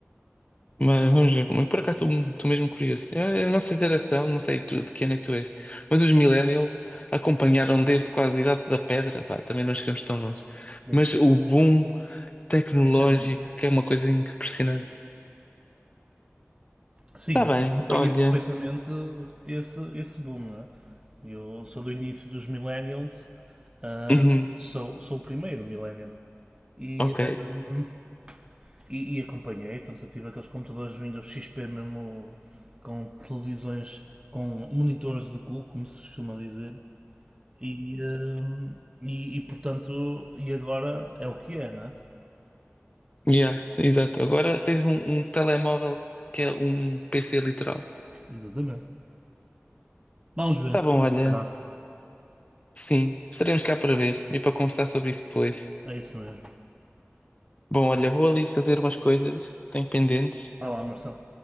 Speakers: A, on the left; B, on the right.
A: Mas vamos ver. Mas por acaso estou mesmo curioso. É é A nossa geração, não sei tu, de que ano é que tu és, mas os millennials acompanharam desde quase a idade da pedra. Vá, também não chegamos tão longe.
B: Bem,
A: Mas
B: sim,
A: o boom tecnológico,
B: na internet.
A: que é uma coisa impressionante.
B: Sim,
A: Está bem,
B: acompanha
A: olha.
B: perfeitamente esse, esse boom, né? Eu sou do início dos millennials, ah,
A: Uhum,
B: sou, sou o primeiro millennial. E,
A: ok.
B: ahm, e, e acompanhei, portanto, eu tive aqueles computadores Windows XP mesmo com televisões, com monitores de cu, como se costuma dizer. E, ahm, e, e, portanto, e agora é o que é, né?
A: Yeah, exato. Agora tens um, um telemóvel que é um PC literal.
B: Exatamente. Vamos ver.
A: Tá bom,
B: Vamos
A: olha.
B: ver.
A: Sim, estaremos cá para ver e para conversar sobre isso depois.
B: É isso mesmo.
A: Bom, olha, vou ali fazer umas coisas, tenho pendentes.
B: Vá lá, Marcelo.